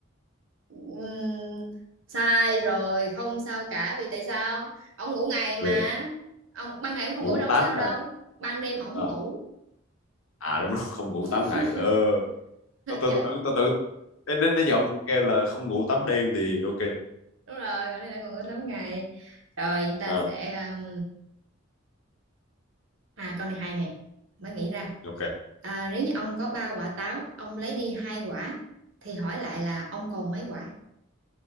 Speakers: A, on the right (about 70°); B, on the left (about 80°).
A: Ừm, sai rồi không sao cả vì tại sao ông ngủ ngày mà
B: về
A: ông ban ngày ông không
B: ngủ
A: ngủ đâu
B: 8
A: có sao
B: ngày
A: đâu ban đêm ông
B: Ờ.
A: muốn ngủ
B: à đúng rồi không ngủ
A: <laughs>
B: tám ngày ờ tao tưởng
A: chứ
B: tao tưởng tao tưởng nên nên nên giờ kêu là không ngủ 8 đêm thì ok
A: đúng rồi gọi này là còn ngủ tám ngày rồi chúng ta
B: Ờ,
A: sẽ um, À câu này hay nè, mới nghĩ ra.
B: ok
A: À, nếu như ông có ba quả táo, ông lấy đi hai quả thì hỏi lại là ông còn mấy quả?